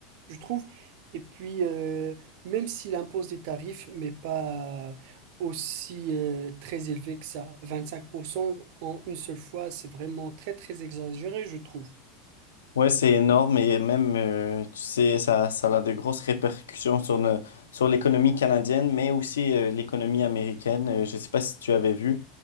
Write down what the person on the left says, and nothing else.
Ouais, c'est énorme et même, euh, tu sais, ça, ça a de grosses répercussions sur, ne- sur l'économie canadienne, mais aussi euh, l'économie américaine. Euh, je ne sais pas si tu avais vu,